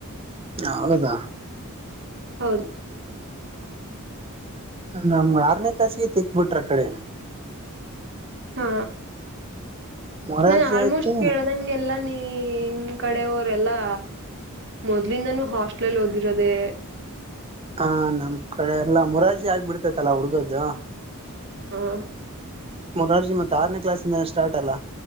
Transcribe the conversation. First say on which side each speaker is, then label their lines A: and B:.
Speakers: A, on the right; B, on the right.
A: ಹೌದದಾ
B: ಹೌದು
A: ನಮ್ಗೆ ಆರನೇ ಕ್ಲಾಸಿಗೆ ತೆಕ್ಬಿಟ್ರ ಆ ಕಡೆ
B: ಹಾ
A: ಮೊರಾರ್ಜಿ
B: ನ ಆಲ್ಮೋಸ್ಟ್
A: ಆಯ್ತು
B: ಕೇಳ ಇದಂಗೆಲ್ಲ ನಿಮ್ ಕಡೆ ಅವರೆಲ್ಲಾ ಮೊದ್ಲಿಂದಾನೂ ಹಾಸ್ ಮಕ್ಕಳಲ್ಲಿ ಓದಿರೋದೆೇ
A: ಹ ನಮ್ ಕಡೆ ಎಲ್ಲ ಮುರಾರ್ಜಿ ಆಗ್ಬಿಡ್ತೈತಲ್ಲಾ ಹುಡುಗದ್ದು
B: ಹಾ
A: ಮೂರಜಿ ಮತ್ ಆನೇ್ಲಸ್ಿಂದನ ಸ್ಟಾರ್ಟ್ ಅಲ್ಲ